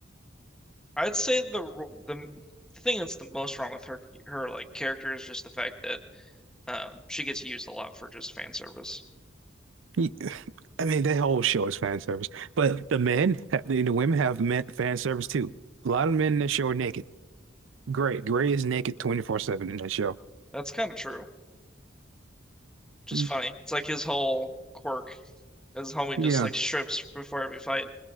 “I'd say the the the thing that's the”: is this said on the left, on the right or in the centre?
Centre